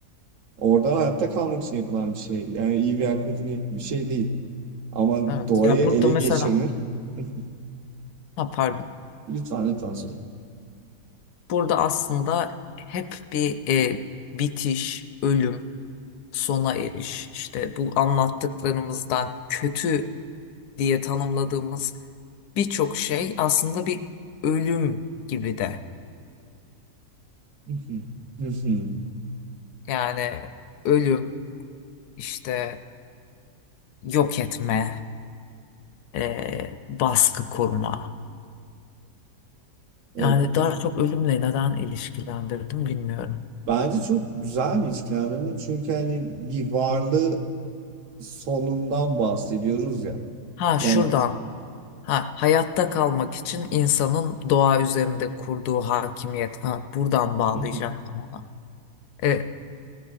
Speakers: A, on the right; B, on the left.
A: orada hayatta kalmak için yapılan bir şey. Yani iyi veya kötü niyetli bir şey değil. Ama
B: evet.
A: doğayı
B: Ya burada
A: ele
B: mesela
A: geçirmek <laughs>
B: ha, pardon.
A: lütfen lütfen söyle.
B: Burada aslında hep bir e, bitiş, ölüm sona eriş, işte bu anlattıklarımızdan kötü diye tanımladığımız birçok şey aslında bir ölüm gibi de.
A: <laughs>
B: Yani ölüm, işte yok etme, eee, baskı kurma.
A: Evet.
B: Yani daha çok ölümle neden ilişkilendirdim bilmiyorum.
A: Bence çok güzel bir ilişkilendirme çünkü hani bir varlığı sonundan bahsediyoruz ya.
B: Ha şuradan.
A: Yani
B: Ha, hayatta kalmak için insanın doğa üzerinde kurduğu hakimiyet. Ha, buradan bağlayacaktım
A: <laughs>
B: ona. E,